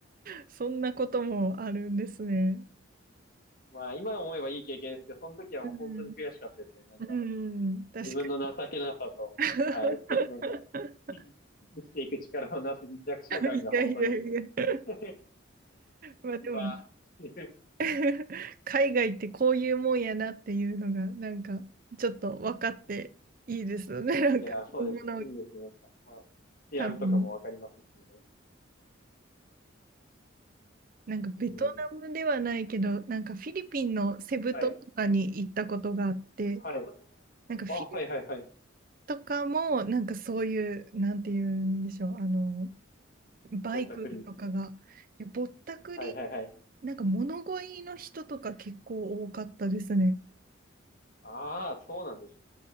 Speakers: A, on the right; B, on the left.
A: そんなこともあるんですね。
B: まあ、今思えばいい経験ですけど、その時はもう本当に悔しかったですね。
A: うん、
B: なんか、
A: うん、確か
B: 自分の情けなさと、
A: に。<laughs>
B: はい、て、なんか、<laughs> 生きていく力のなす弱者感が本当に、
A: いやいやいや。
B: <laughs> う
A: まあでも、
B: わーっていう
A: <laughs> 海外ってこういうもんやなっていうのが、なんか、ちょっと分かっていいですよね。<laughs> なんか、
B: いや、そうです。
A: 今後の
B: いいですね、やっぱ。まあ、治安とかもわかりますしね。
A: 多分、なんかベトナムではないけど、
B: うん。
A: なんかフィリピンのセブ島とかに行ったことがあって、
B: はい、はい。
A: なんかフィリ
B: あ、はい、はい、はい。
A: とかも、なんかそういう、なんて言うんでしょう、あの、バイクとかが、
B: ぼったくり。
A: いや、ぼったくり、
B: はいはいはい。
A: なんか物乞いの人とか結構多かったですね。
B: ああ、そうなんです。